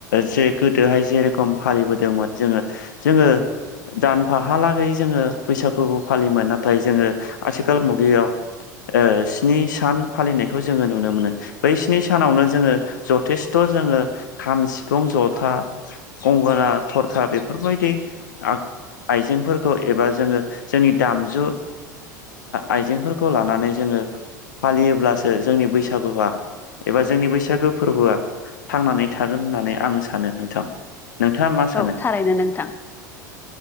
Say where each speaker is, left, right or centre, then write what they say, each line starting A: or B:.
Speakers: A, on the left (about 75°); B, on the left (about 20°).
A: जे गोदोहाय जेरेखम फालिबोदों मोन जोङो जोङो दानफाहालागै जोङो बैसागुबो फालियोमोन नाथाय जोङो आथिखाल मुगायाव ओ स्नि सान फालिनायखौ जोङो नुनो मोनो बै स्नि सानावनो जोङो जथेस्थ जोङो खाम, सिफुं, जथा, गंगोना, थरखा बेफोरबायदि आ आइजेंफोरखौ एबा जोङो जोंनि दामजु आइजेंफोरखौ लानानै जोङो फालियोब्लासो जोंनि बैसागुआ एबा जोंनि बैसागो फोरबोआ थांनानै थागोन होननानै आं सानो नोंथां। नोंथाङा मा सानो
B: औ थारैनो नोंथां।